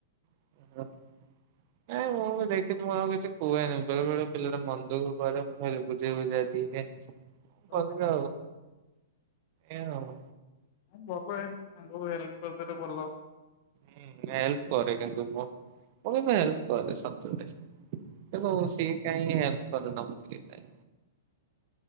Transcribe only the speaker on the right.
<unintelligible> ନାଇଁ ମୁଁ ବି ଦେଖିଥିଲି ମୁଁ ଆଉ କିଛି କୁହେନି ବେଳେ ବେଳେ ପିଲାଟା ମନ ଦୁଖଃ କରେ ମୁଁ ଖାଲି ବୁଝେଇ ବୁଝାଦିଏ। କରିବା
ଏଆଉ
ହୁଁ ହେଲ୍ପ୍ କରେ କିନ୍ତୁ ମୁଁ ମୁଁ କିନ୍ତୁ ହେଲ୍ପ କରେ ସତରେ ତେଣୁ ସେ କାହିଁ ହେଲ୍ପ୍ କରିଦେବ ଟିକେ